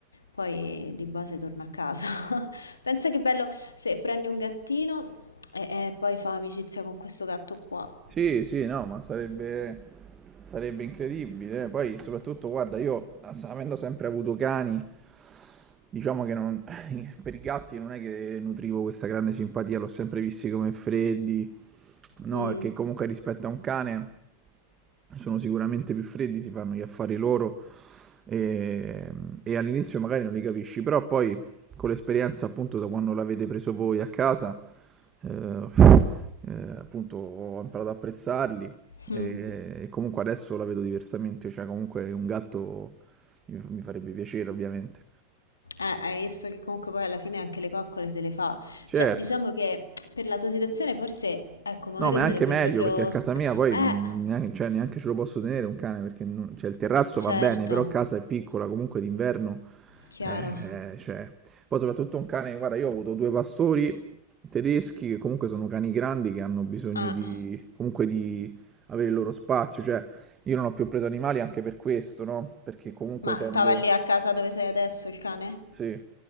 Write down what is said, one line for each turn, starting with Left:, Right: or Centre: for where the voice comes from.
Left: poi di base torna a casa. <laughs> Pensa che bello se prendi un gattino e, e poi fa amicizia con questo gatto qua.
Right: Sì, sì, no, ma sarebbe, sarebbe incredibile. eh. Poi, soprattutto, guarda, io ass- avendo sempre avuto cani, diciamo che non- <laughs> per i gatti non è che nutrivo questa grande simpatia, l'ho sempre visti come freddi. No,
Left: Mm,
Right: perché comunque rispetto a un cane sono sicuramente più freddi, si fanno gli affari loro e, e all'inizio magari non li capisci, però poi con l'esperienza appunto da quando l'avete preso voi a casa, eh, eh, appunto ho imparato ad apprezzarli
Left: mm.
Right: e, e comunque adesso la vedo diversamente, cioè comunque un gatto mi, mi farebbe piacere ovviamente.
Left: Eh, hai visto che comunque poi alla fine anche le coccole se le fa.
Right: Certo,
Left: Cioè, diciamo che per la tua situazione forse, ecco, magari
Right: No, ma è
Left: sarebbe
Right: anche meglio
Left: proprio...
Right: perché a casa mia poi
Left: Eh,
Right: non- neanche, cioè, neanche ce lo posso tenere un cane perché non- cioè, il terrazzo
Left: certo,
Right: va bene, però casa è piccola, comunque d'inverno.
Left: chiaro.
Right: eh, cioè. Poi soprattutto un cane, guarda, io ho avuto due pastori tedeschi che comunque sono cani grandi che hanno bisogno
Left: Ah,
Right: di, comunque di avere il loro spazio. Cioè, io non ho più preso animali anche per questo, no? Perché comunque
Left: ma
Right: tendo...
Left: stava lì a casa dove sei adesso il cane?
Right: Sì,